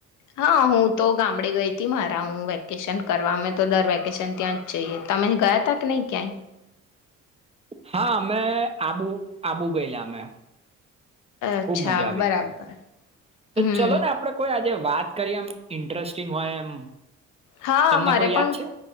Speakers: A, on the left (about 85°); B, on the right (about 20°).
A: હા હું તો ગામડે ગઈ તી મારા હું વેકેશન કરવામે તો દર વેકેશન ત્યાં જ જઈએ તમે ગયા તા કે નહી ક્યાંય.
B: હા અમે આબુ આબુ ગયેલા અમે.
A: અચ્છા
B: ખુબ મજા આવી
A: બરાબર
B: ગઈ તો
A: હમ
B: ચલો ને આપડે કોઈજ જો વાત કરી એમ ઇન્ટરેસ્ટિંગ હોય એમ.
A: હા
B: તમને
A: મારે
B: કોઈ
A: પણ
B: યાદ છે